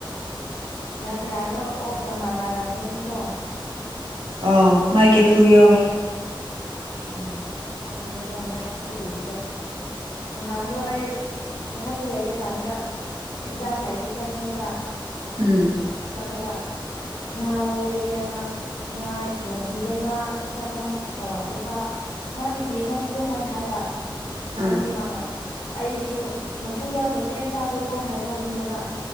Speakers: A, on the left; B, on the right.
A: ꯉꯀ꯭ꯔꯥꯗꯣ ꯑꯣꯛꯀ ꯃꯥꯟꯅꯔꯝꯒꯅꯤꯀꯣ
B: ꯑꯧ ꯃꯥꯏ ꯀꯦꯐꯨ ꯌꯥꯎꯋꯦ
A: ꯎꯝ ꯈꯪꯉꯦꯕ ꯃꯁꯛꯇꯨ ꯎꯕꯗ ꯉꯍꯥꯟꯗꯣ ꯑꯩ ꯃꯊꯛꯇ ꯂꯩꯔꯤꯀꯥꯟꯗ ꯍꯦꯟꯖꯥꯡ ꯂꯩꯕ ꯆꯥꯕꯅꯦꯕ
B: ꯎꯝ
A: ꯆꯠꯂꯒ ꯉꯥ ꯂꯩꯔꯒꯦꯅ ꯉꯥ ꯌꯣꯟꯕꯤꯗ ꯉꯥ ꯂꯨꯄꯥ ꯆꯥꯃ ꯑꯣ ꯂꯨꯄꯥ ꯉꯥ ꯀꯦꯖꯤ ꯑꯃ ꯄꯤꯌꯣ ꯍꯥꯏꯅ ꯍꯥꯏꯕ
B: ꯑꯥ
A: ꯑꯗꯨ ꯃꯥꯅ ꯑꯩꯁꯨ ꯃꯀꯨ ꯌꯥꯎꯗ꯭ꯔꯗꯤ ꯑꯩ ꯆꯥꯗꯦꯀꯣ ꯍꯥꯏꯍꯧꯕꯅꯦꯕ